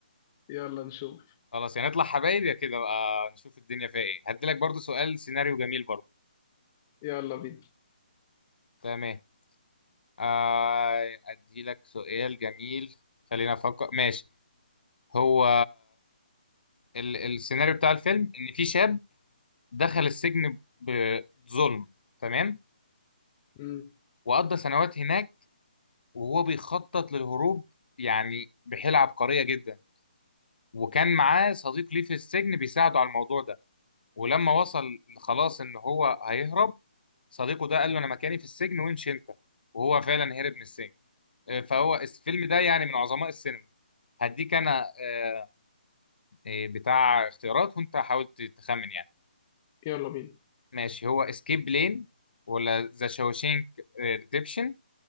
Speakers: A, on the left (about 20°); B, on the left (about 75°).
A: يلا نشوف
B: خلاص يعني نطلع حبايب يا كده بقى نشوف الدنيا فيها ايه هديلك برضو سؤال سيناريو جميل برضو
A: يلا بينا
B: تمام آه اديلك سؤال جميل خلينا افكر ماشي هو ال السيناريو بتاع الفيلم ان في شاب دخل السجن بظلم تمام
A: مم.
B: وقضى سنوات هناك وهو بيخطط للهروب يعني بحيلة عبقرية جدا وكان معاه صديق ليه في السجن بيساعده على الموضوع ده ولما وصل خلاص ان هو هيهرب صديقه ده قال له انا مكاني في السجن وامشي انت وهو فعلا هرب من السجن آه، فهو الفيلم ده يعني من عظماء السينما هديك انا آه، آه، بتاع اختيارات وانت حاول تخمن يعني
A: يلا بينا
B: ماشي هو اسكيب بلين ولا ذا شاوشينك ريديمشن